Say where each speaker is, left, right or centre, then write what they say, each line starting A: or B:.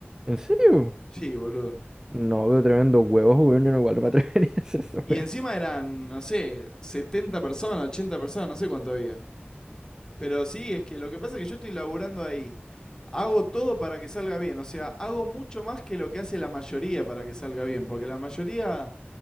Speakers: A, on the right; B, on the left.
A: ¿En serio?
B: Sí, boludo.
A: No, veo tremendo huevos, weón. Yo no igual no me atrevería a hacer eso,
B: Y
A: weón.
B: encima eran, no sé, 70 personas, 80 personas, no sé cuánto había. Pero sí, es que lo que pasa es que yo estoy laburando ahí. Hago todo para que salga bien, o sea, hago mucho más que lo que hace la mayoría para que salga bien, porque la mayoría